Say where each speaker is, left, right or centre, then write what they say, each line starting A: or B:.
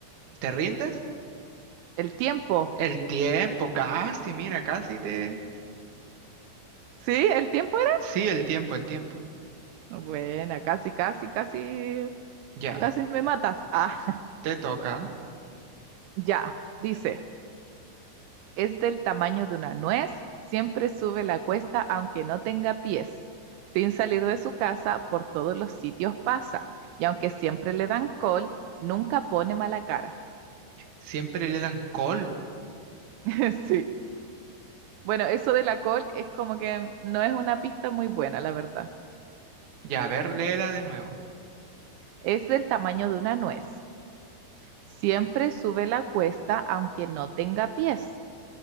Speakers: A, on the right; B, on the right.
A: ¿Te rindes?
B: El tiempo.
A: El tiempo, casi, mira, casi te...
B: ¿Sí? ¿El tiempo
A: Sí, el tiempo, el tiempo.
B: era? Buena, casi, casi, casi,
A: Ya,
B: casi me matas. Ah, <laughs>
A: te toca.
B: ya, dice. Es del tamaño de una nuez, siempre sube la cuesta aunque no tenga pies. Sin salir de su casa, por todos los sitios pasa. Y aunque siempre le dan col, nunca pone mala cara.
A: Siempre le dan col.
B: <laughs> Sí. Bueno, eso de la col es como que no es una pista muy buena, la verdad.
A: Ya, a ver, léela de nuevo.
B: Es del tamaño de una nuez. Siempre sube la cuesta aunque no tenga pies.